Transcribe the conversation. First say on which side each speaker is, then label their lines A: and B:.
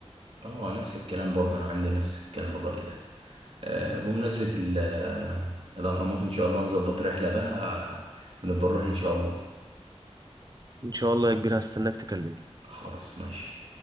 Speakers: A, on the right; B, on the right.
A: اه نفس الكلام برضه انا عندي نفس الكلام الرأي ده آه، بمناسبة ال- آه، الاهرامات ان شاء الله نظبط رحلة بقى آه، ونبقى نروح ان شاء الله
B: إن شاء الله يا كبير هستناك تكلمني
A: خلاص ماشي